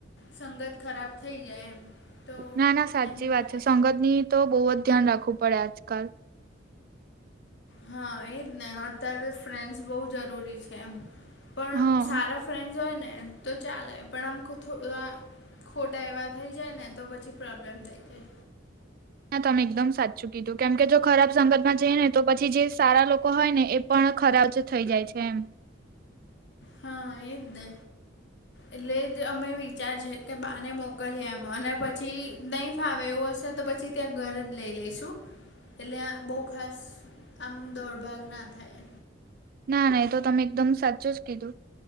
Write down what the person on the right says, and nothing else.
ના ના સાચી
વાત છે.
સંગતની તો બહુ જ ધ્યાન રાખવું પડે આજકાલ.
હા.
ના તમે એકદમ સાચું કીધું કેમ કે જો ખરાબ સંગતમાં જઈ ને તો પછી જે સારા લોકો હોય ને એ પણ ખરાબ જ થઈ જાય છે એમ.
ના ના એ તો તમે એકદમ સાચુ જ કીધું.